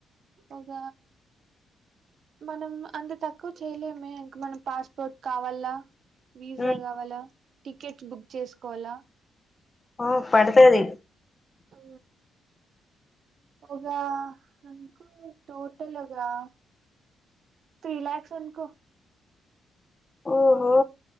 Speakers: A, on the right (about 60°); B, on the left (about 25°).
A: ఒక మనం అంత తక్కువ చేయలేమే ఇంక మనం పాస్పోర్ట్ కావల్ల పీజా
B: ఉమ్
A: కావాలా టికెట్స్ బుక్ చేసుకోవాలా
B: ఆ పడుతది
A: ఆ ఉగా అకు టోటల్ ఉగా త్రీ ల్యాక్స్ అనుకో
B: ఓహో